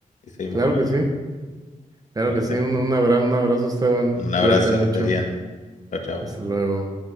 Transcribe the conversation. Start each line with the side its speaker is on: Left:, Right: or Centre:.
Left: y seguimos
Right: claro
Left: hablando.
Right: que sí, claro
Left: ¿te
Right: que
Left: parece?
Right: sí. Un, un abrazo, un abrazo, Esteban.
Left: Un abrazo,
Right: Cuídate mucho.
Left: que estés bien. Chao, chao.
Right: Hasta luego.